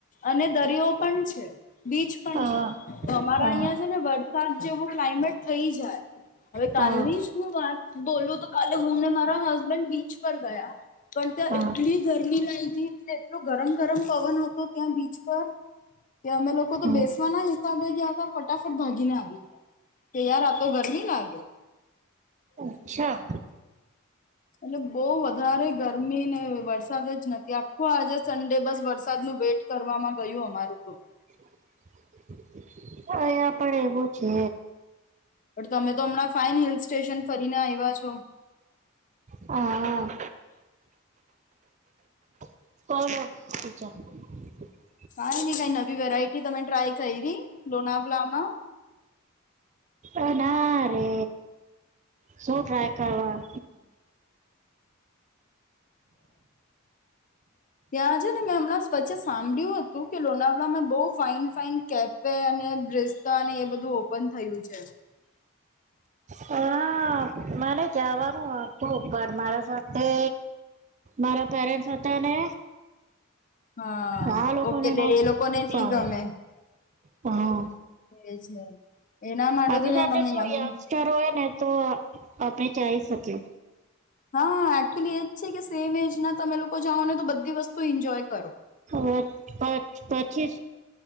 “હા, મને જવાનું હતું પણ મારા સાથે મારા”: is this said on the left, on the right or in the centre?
Right